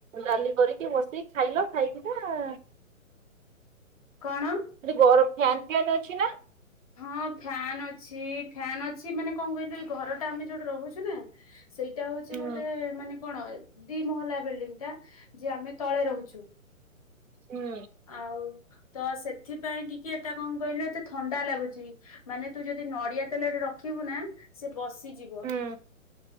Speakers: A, on the right; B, on the left.
A: ଡାଲି କରିକି ବସିକି ଖାଇଲା ଖାଇକିନା
B: କଣ?
A: ସେଠି ବର ଫ୍ୟାନ୍ ଫ୍ୟାନ୍ ଅଛି ନା?
B: ହଁ ଫ୍ୟାନ ଅଛି ଫ୍ୟାନ ଅଛି ମାନେ କଣ କହିଲୁ ଏଇ ଘରଟା ଆମେ ଯୋଉଠି ରହୁଛୁ ନା। ସେଇଟା ହଉଛି
A: ହୁଁ
B: ଗୋଟେ ମାନେ କଣ ଦି ମହଲା ବିଲଡିଂଟା ଯିଏ ଆମେ ତଳେ ରହୁଛୁ।
A: ହୁଁ।
B: ଆଉ ତ ସେଥିପାଇଁ ଟିକେ ଏଟା କଣ କହିଲେ ଏତେ ଥଣ୍ଡା ଲାଗୁଛି। ମାନେ ତୁ ଯଦି ନଡିଆ ତେଲଟେ ରଖିବୁ ନା ସେ ବସିଯିବ।
A: ହଁ